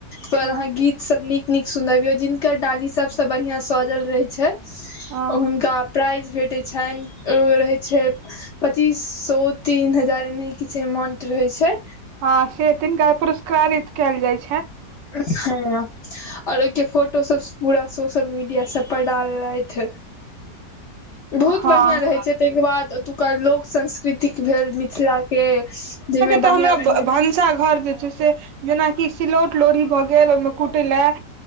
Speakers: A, on the right; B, on the left.
A: ह
B: पर अहाॅं गीत सब नीक नीक सुनबीयौ जिनकर डाली सबसॅं बढ़िया सजल रहे छैय
A: ह
B: ओ हुनका प्राइज भेटैत छनि ओ रहैत छैय पच्चीस सो तीन हजार एनेह किछु अमाउंट रहै छैय।
A: हँ से तीनका पुरस्कारित कएल जाइ छैय।
B: हँ और ओइके फोटो सब पूरा सोशल मीडिया सब पर डाल लैथ बहुत
A: हँ
B: बढ़िआँ रहै छैय तेंके बाद ओतुका लोक संस्कृति तिक भेल मिथिला के जाइमे
A: तऽ
B: बढ़िया-बढ़िया
A: हमरा <unintelligible> घर के जे छैय से जेनाकि सिलौट लोढ़ी भऽ गेल ओहिमे कुट लऽ